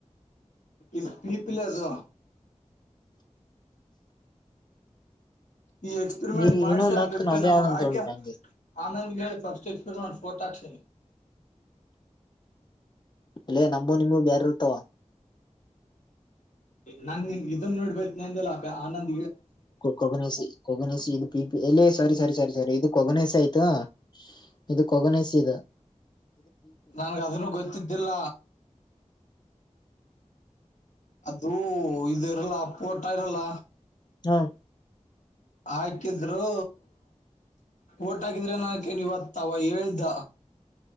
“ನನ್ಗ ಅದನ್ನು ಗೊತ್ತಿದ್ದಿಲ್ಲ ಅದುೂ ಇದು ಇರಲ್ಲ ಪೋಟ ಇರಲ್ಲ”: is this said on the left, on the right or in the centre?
Left